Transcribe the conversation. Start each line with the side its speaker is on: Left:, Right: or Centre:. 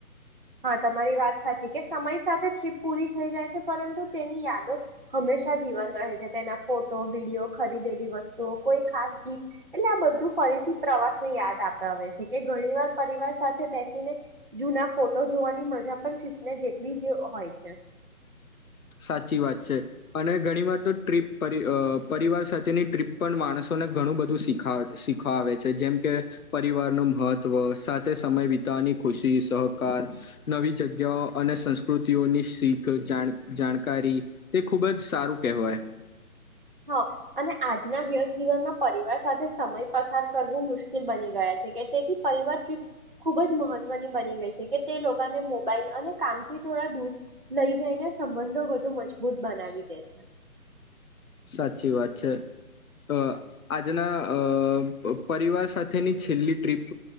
Right: હા, તમારી વાત સાચી કે- સમય સાથે ટ્રીપ પૂરી થઈ જાય છે, પરંતુ તેની યાદો હંમેશા જીવંત રહે છે. તેના ફોટો, વિડીયો, ખરીદેલી વસ્તુઓ, કોઈ ખાસ ગીત- એટલે આ બધું ફરી- થી પ્રવાસ ને યાદ આપ આવે છે કે ઘણી વાર પરિવાર સાથે બૈસીને જુના- ફોટો જોવાની મજા પણ <unintelligible> ને જેટલી જ હોય છે.
Left: સાચી વાત છે. અને ઘણી વાર તો ટ્રીપ પરિ અ પરિવાર સાથેની ટ્રીપ પણ માણસોને ઘણું બધું શીખ શીખાવે છે, જેમ કે પરિવારનું મહત્ત્વ, સાથે સમય વિતાવવાની ખુશી, સહકાર, નવી જગ્યાઓ અને સંસ્કૃતિઓની શીખ જા- જાણકારી, તે ખૂબ જ સારું કહેવાય.
Right: હ અને આજના વ્યસ જીવનમાં પરિવાર સાથે સમય પસાર કરવું મુશ્કેલ બની ગયા છે, કે તેથી પરિવાર ટ્રીપ ખુબ જ મહત્વની બની ગઈ છે, કે તે લોકાને મોબાઈલ અને કામથી થોડા દૂર લઈ જઈને સંબંધો વધુ મજબૂત બનાવી દે છે.
Left: સાચી વાત છે. અ આજના અ પરિવાર સાથેની છેલ્લી ટ્રીપ